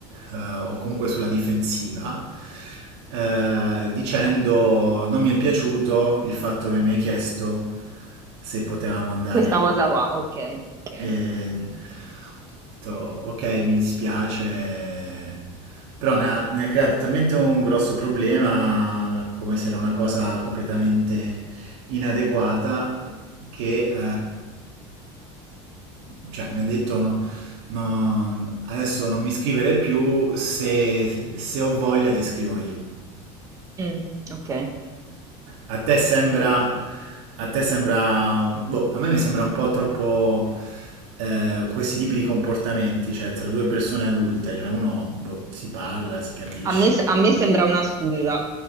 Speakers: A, on the right; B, on the right.
A: eh, o comunque sulla difensiva, eh, dicendo non mi è piaciuto il fatto che mi hai chiesto se potevamo andare.
B: Questa cosa qua, ok, ok,
A: E ho detto, ok, mi dispiace, però ne ha, ne ha creato talmente un grosso problema, come se era una cosa completamente inadeguata, che eh, cioè, mi ha detto no, no, adesso non mi scrivere più, se, se ho voglia ti scrivo io.
B: Mm, ok.
A: A te sembra,
B: Mm.
A: a te sembra, boh, a me mi sembra un po' troppo eh, questi tipi di comportamenti, cioè tra due persone adulte, cioè uno boh, si parla, si capisce.
B: A me, a me sembra una scusa,